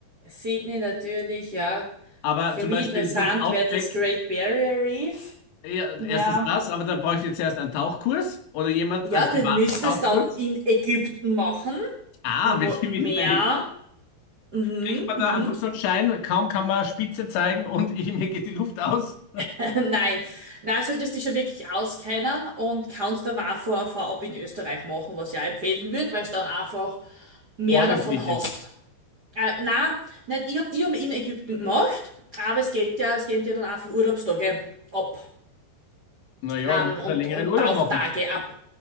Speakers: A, on the right; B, on the left.
A: Sydney natürlich, ja.
B: aber
A: Für
B: zum
A: mich
B: Beispiel
A: interessant
B: durchs Outback
A: wäre das Great Barrier Reef.
B: Ja, erstens
A: Ja.
B: das, aber dann brauche ich jetzt erst einen Tauchkurs oder jemand,
A: Ja,
B: einen privaten
A: den müsstest
B: Tauchkurs.
A: du dann in Ägypten machen,
B: Ah,
A: im Roten
B: wir sind wieder
A: Meer.
B: bei.
A: Mhm,
B: Ich habe
A: mhm.
B: da einfach so einen Schein, kaum kann man Spitze zeigen und ich, mir geht die Luft aus.
A: <laughs> Nein, nein, solltest dich schon wirklich auskennen und kannst dann auch vor, vorab in Österreich machen, was ich auch empfehlen würde, weil du dann einfach mehr
B: Ordentlich
A: davon hast.
B: ist.
A: Äh, nein, nicht, ich hab, ich hab in Ägypten gemacht, aber es geht ja, es gehen ja dann einfach Urlaubstage ab.
B: Naja,
A: haben
B: muss man
A: und,
B: einen längeren
A: und
B: Urlaub
A: Tauchtage
B: machen.
A: ab.